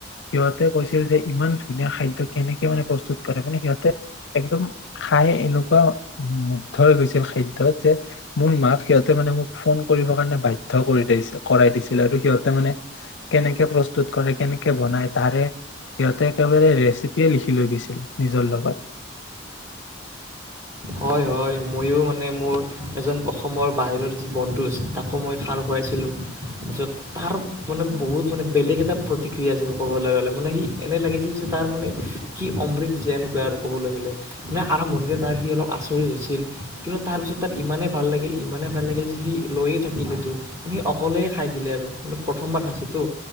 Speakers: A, on the left; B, on the right.
A: সিহঁতে কৈছিল যে ইমান ধুনীয়া খাদ্য কেনেকে মানে প্ৰস্তুত কৰে মানে সিহঁতে একদম খাই এনে এনেকুৱা মুগ্ধ হৈ গৈছিল খাদ্যত যে মোৰ মাক সিহঁতে মানে মোক ফোন কৰিব কাৰণে বাধ্য কৰি দিছিল কৰাই দিছিল আৰু সিহঁতে মানে কেনেকে প্ৰস্তুত কৰে কেনেকে বনাই তাৰে সিহঁতে একেবাৰে ৰেচিপিয়ে লিখি লৈ গৈছিল নিজৰ লগত।
B: হয়, হয় ময়ো মানে মোৰ এজন অসমৰ বাহিৰৰ যি বন্ধু আছিল তাকো মই সাৰ খুৱাইছিলোঁ য'ত তাৰ মানে বহুত মানে বেলেগ এটা প্ৰতিক্ৰিয়া আছিল ক'বলৈ গ'লে মানে সি এনেই লাগিছিল যে তাৰ মানে কি অমৃত দিছে এনেকুৱা আৰু ক'বলৈ গ'লে মানে আৰম্ভণিতে তাৰ সি অলপ আচৰিত হৈছিল কিন্তু তাৰপিছত তাৰ ইমানেই ভাল লাগিল ইমানেই ভাল লাগিল যে সি লৈয়ে থাকিলেতো মানে সি অকলেই খাই দিলে আৰু মানে প্ৰথমবাৰ খাইছেতো